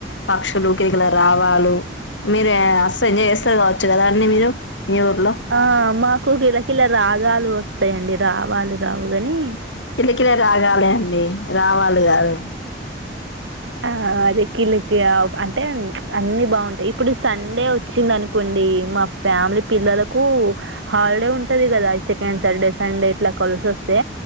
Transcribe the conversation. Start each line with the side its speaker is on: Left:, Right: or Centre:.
Left: పక్షులు కిలకీల రావాలు మీరు మస్తు ఎంజాయ్ చేస్తారు కావచ్చు కదా అండి మీరు మీ ఊర్లో?
Right: ఆమ్ మా ఎక్కువ కిలకిలా రాగాలు వస్తాయిండి రావాలి రావుగాని
Left: కిలకిల రాగాలు అండి రావాలి కాదు
Right: ఆ అదే కిల అంటే అన్ని బాగుంటాయి ఇప్పుడు సండే వచ్చింది అనుకోండి మా ఫ్యామిలీ పిల్లలకు హాలిడే ఉంటుంది కదా సెకండ్ సండే ఇట్లా కలిసి వస్తే